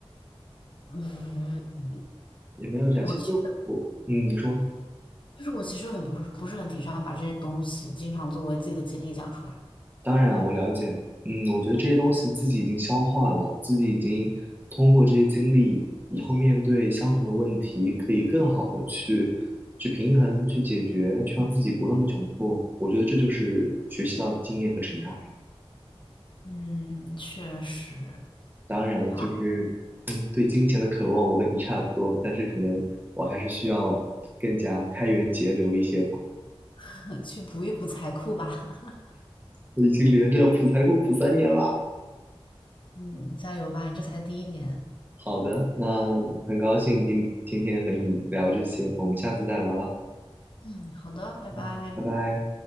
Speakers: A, on the left; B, on the right.
A: <laughs> 嗯，
B: 也没有这样。
A: 我。
B: 其实我，嗯，你说。
A: 就是我其实很不是不是很提倡把这些东西经常作为自己的经历讲出来。
B: 当然，我了解。嗯，我觉得这些东西自己已经消化了，自己已经通过这些经历，以后面对相同的问题，可以更好的去去平衡、去解决，去让自己不那么窘迫。我觉得这就是学习到的经验和成长。
A: 嗯，确实，
B: 当然，
A: 好，
B: 就是对金钱的渴望，我和你差不多，但是可能我还是需要更加开源节流一些吧。
A: <laughs> 去补一补财库吧。<laughs>
B: 我已经连着要补财库补三年啦。
A: 嗯，加油吧，你这才第一年。
B: 好的，那很高兴今今天和你聊这些，我们下次再聊了，
A: 嗯，好的，拜拜。
B: 嗯，拜拜。